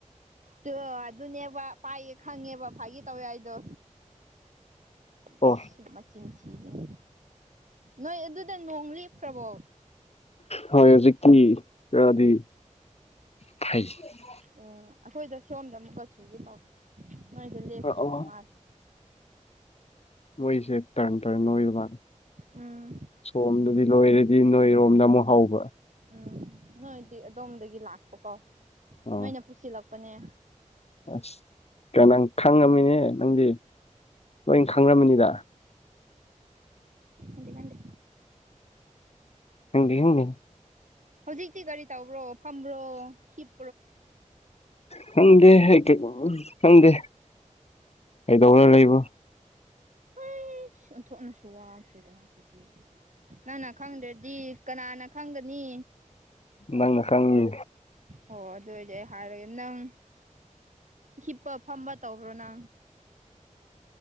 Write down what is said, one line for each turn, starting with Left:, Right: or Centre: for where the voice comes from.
Right: ꯇꯨ ꯑꯗꯨꯅꯦꯕ ꯄꯥꯏꯌꯦ ꯈꯪꯉꯦꯕ ꯐꯥꯒꯤ ꯇꯧꯋꯦ ꯍꯥꯏꯗꯣ
Left: ꯑꯣ
Right: ꯏꯁ ꯃꯆꯤꯟ ꯊꯤꯔꯤꯅꯤ ꯅꯣꯏ ꯑꯗꯨꯗ ꯅꯣꯡ ꯂꯦꯞꯈ꯭ꯔꯕꯣ
Left: ꯍꯣꯏ ꯍꯨꯖꯤꯛꯇꯤ ꯈꯔꯗꯤ <unintelligible>
Right: ꯑꯣ ꯑꯈꯣꯏꯗ ꯁꯣꯝꯗ ꯑꯃꯨꯛꯀ ꯆꯨꯒꯦ ꯇꯧ ꯅꯣꯏꯗ ꯂꯦꯞꯈꯤꯕ
Left: ꯑ
Right: ꯃꯥꯜꯂꯦ
Left: ꯃꯣꯏꯁꯦ ꯇꯔꯟ ꯇꯔꯟ ꯅꯣꯏꯔꯕ
Right: ꯎꯝ
Left: ꯁꯣꯝꯗꯗꯤ ꯂꯣꯏꯔꯗꯤ ꯅꯣꯏꯔꯣꯝꯅ ꯑꯃꯨꯛ ꯍꯥꯎꯕ
Right: ꯎꯝ ꯅꯣꯏꯗꯤ ꯑꯗꯣꯝꯗꯒꯤ ꯂꯥꯛꯄꯀꯣ
Left: ꯑꯣ
Right: ꯅꯣꯏꯅ ꯄꯨꯁꯤꯜꯂꯛꯄꯅꯦ
Left: ꯑꯁ ꯀ ꯅꯪ ꯈꯪꯉꯝꯃꯤꯅꯦ ꯅꯪꯗꯤ ꯂꯣꯏ ꯈꯪꯔꯝꯃꯅꯤꯗ
Right: ꯈꯪꯗꯦ ꯈꯪꯗꯦ
Left: <unintelligible>
Right: ꯍꯧꯖꯤꯛꯇꯤ ꯀꯔꯤ ꯇꯧꯕ꯭ꯔꯣ ꯐꯝꯕ꯭ꯔꯣ ꯍꯤꯞ
Left: ꯈꯪꯗꯦꯍꯦ <unintelligible> ꯈꯪꯗꯦ ꯀꯩꯗꯧꯔ ꯂꯩꯕ
Right: ꯍꯣꯏꯁ ꯑꯣꯟꯊꯣꯛꯅꯁꯨ ꯋꯥꯈ꯭ꯔꯦꯗ ꯑꯗꯨꯗꯤ ꯅꯪꯅ ꯈꯪꯗ꯭ꯔꯗꯤ ꯀꯅꯥꯅ ꯈꯪꯒꯅꯤ
Left: ꯅꯪꯅ ꯈꯪꯉꯤ
Right: ꯑꯣ ꯑꯗꯨ ꯑꯣꯏꯗꯤ ꯑꯩ ꯍꯥꯏꯔꯒꯦ ꯅꯪ ꯍꯤꯞꯄ ꯐꯝꯕ ꯇꯧꯕ꯭ꯔꯣ ꯅ